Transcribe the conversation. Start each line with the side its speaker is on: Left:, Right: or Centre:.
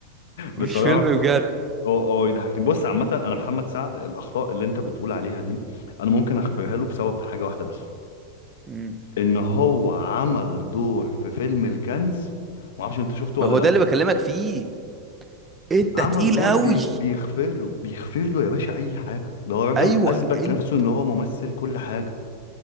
Right: مش
Left: بصراحه
Right: فيلم بجد
Left: هو هو يضحكني بص عامه انا محمد سعد الاخطاء اللي انت بتقول عليها دي انا ممكن اغفرها له بسبب حاجه واحده بس
Right: مم.
Left: ان هو عمل دور في فيلم الكنز ما اعرفش انت شفته
Right: ما
Left: ولا
Right: هو
Left: لا
Right: ده اللي بكلمك فيه انت
Left: عمل
Right: تقيل
Left: دور
Right: قوي
Left: بي... بيغفر له بيغفر له يا باشا اي حاجه ده راجل
Right: ايوه
Left: اثبت
Right: انت
Left: نفسه ان هو ممثل كل حاجه